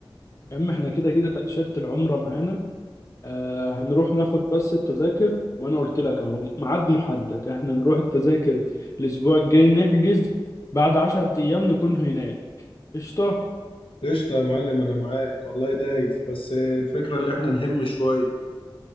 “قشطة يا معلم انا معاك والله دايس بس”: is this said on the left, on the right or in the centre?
Left